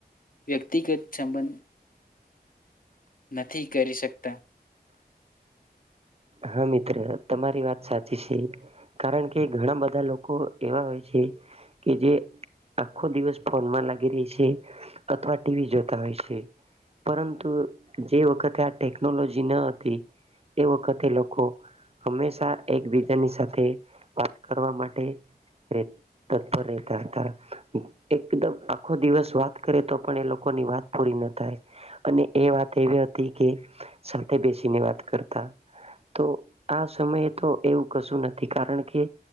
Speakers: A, on the left; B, on the right.
A: વ્યક્તિગત સંબંધ નથી કરી શકતા
B: હા મિત્ર તમારી વાત સાચી છે કારણ કે ઘણા બધા લોકો એવા હોય છે કે જે આખો દિવસ ફોનમાં લાગી રહી છે અથવા ટીવી જોતા હોય છે પરંતુ જે વખતે આ ટેકનોલોજી ન હતી એ વખત હંમેશા એકબીજાની સાથે વાત કરવા માટે તત્પર રહેતા હતા એકદમ આખો દિવસ વાત કરે તો પણ એ લોકોની વાત પૂરી ના થાય અને એ વાત એવી હતી કે સાથે બેસીને વાત કરતા તો આ સમયે તો એવું કશું નથી કારણ કે